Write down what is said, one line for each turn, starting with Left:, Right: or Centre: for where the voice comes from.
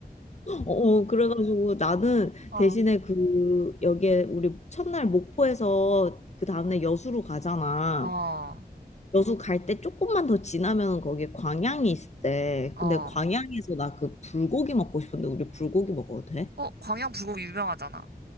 Left: 어, 그래가지고 나는
Right: 어,
Left: 대신에 그, 여기에 우리 첫날 목포에서 그 다음날 여수로 가잖아.
Right: 어,
Left: 여수 갈 때 조금만 더 지나면 거기에 광양이 있대.
Right: 어.
Left: 근데 광양에서 나 그 불고기 먹고 싶은데, 우리 불고기 먹어도 돼?
Right: 어, 광양 불고기 유명하잖아.